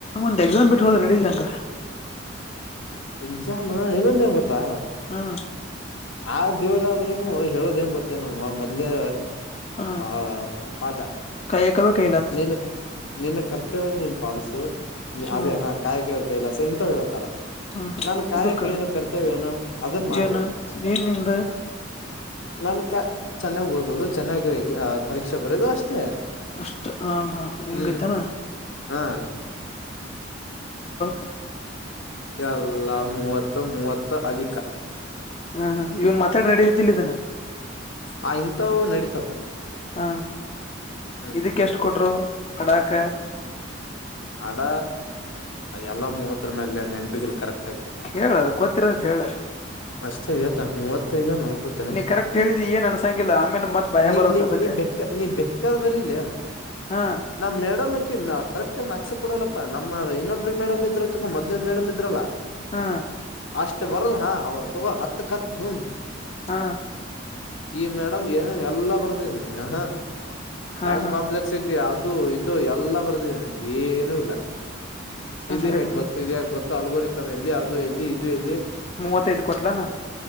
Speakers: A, on the left; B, on the left.
A: ಒಂದ್ ಎಕ್ಸಾಮ್ ಬಿಟ್ಟು ಹೋದ್ರೆ ನಡಿತೀತ ಅಂಗದ್ರ
B: ಎಕ್ಸಾಮ ಇನೊಂದ್ ಏನ್ ಗೊತ್ತ ತಾ
A: ಹಾ
B: ಆ ದೇವ್ರಾದ್ರೂನು ಹೇಳೋದ್ ಏನ್ ಗೊತ್ತೇನು ಮೊದ್ಲೇ
A: ಹಾ
B: ಆ ಆತ
A: ಕಾಯಕವೇ ಕೈಲ
B: ನಿನ್ನ ನಿನ್ನ ಕರ್ತ ಕರ್ತವ್ಯನ ನೀನು ಪಾಲಸು
A: ಹ್ಮ್
B: ಅದೇ ಹಾ ಕಾಯಕ ಕೈಲಾಸ ಇಂತವ್ ಹೇಳ ತರ
A: ಹ್ಮ್
B: ನಾನು ಕಾಯಕ್ಕೆ
A: ಇದಕ್ಕರ
B: ಏನು ಕರ್ತವ್ಯ ಏನೋ ಅದನ್ ಮಾಡ್ಬೇಕು
A: ಏನ ನೀನಿಂದ
B: ನನ್ ಕ ಚೆನ್ನಾಗ್ ಓದದು ಚೆನ್ನಾಗಿ ಎ ಪರೀಕ್ಷೆ ಬರಿಯೋದು ಅಷ್ಟೇ
A: ಅಷ್ಟ ಹಾ ಹಾ ಹಿಂಗೈತಾನ
B: ಹ್ಮ್ ಹಾ
A: <unintelligible>
B: ಎಲ್ಲ ಮೂವತ್ತು. ಮೂವತ್ತು ಅಧಿಕ.
A: ಹಾ ಹಾ ಇವನ್ ಮತ್ತ ನಡದಿದ್ದಿಲ್ಲ ಇದನ್ನ
B: ಆ ಇಂಥವು ನಡೀತದ
A: ಹಾ
B: ಹ್ಮ್
A: ಇದಕ್ಕೆ ಎಷ್ಟು ಕೊಟ್ರು. ಅಡಾಕ.
B: ಹಡ ಎಲ್ಲ ಮೂವತ್ತ್ರು ಮೇಲೆ ನೆನಪಿಲ್ ಕರೆಕ್
A: ಹೇಳ ಗೊತ್ತಿರೋದ ಹೇಳ
B: ಅಷ್ಟೇ ಇವತ್ತ ಮೂವತ್ತೈದ ಅನ್ಕೋತೇನೆ
A: ನೀ ಕರೆಕ್ಟ್ ಹೇಳಿದ ಏನ್ ಅನ್ಸಂಗಿಲ್ಲ ಆಮೇಲೆ ಮತ್ ಭಯ
B: ನೀ
A: ಬರತ್ ಅದಕ್
B: ನೀ ಬೆಕ್ಕ ನೀ ಬೆಕ್ಕಾದ ಬರಿಲೆ
A: ಹಾ
B: ನಾ ಮೇಡಮ್ಮಕಿ ಕರೆಕ್ಟ್ ಮಕ್ಸ್ ಕೊಡಲ್ಲಪ್ಪ ನಮ್ಮ ಇನ್ನೊಬ್ಬ ಮೇಡಮ್ ಇದ್ರಲ ಮೊದ್ಲಿನ್ ಮೇಡಮ್ ಇದ್ರಲ್ಲ.
A: ಹಾ
B: ಅಷ್ಟೇ ಬರದ ಹಾ ಅವದು. ತು ಹತ್ತುಖತ್ ಹು.
A: ಹಾ
B: ಈ ಮೇಡಮ್ ಏನೇ ಎಲ್ಲಾ ಬರ್ದಿದ್ದೀನಿ ಆಹ.
A: ಹಾ
B: ಟೈಮ್ಕಾಂಪ್ಲೆಕ್ಸ್
A: ಹಾ
B: ಇ ಅದು ಇದು ಎಲ್ಲ ಬರ್ದಿ ಏನೂ ಇಲ್ಲ ಇದು
A: ಹ ಎಟ್ಟು
B: ಹೇಗ್ ಬತ್ತು ಇದ ಹಗ್ ಬತ್ತು. ತಲ್ಗೋರಿತ್ತಮ್ಮ ಎಲ್ಲಿ ಅದು ಎಲ್ಲಿ ಇದು ಎಲ್ಲಿ.
A: ಮೂವತ್ತೈದು ಕೊಟ್ಲಾನ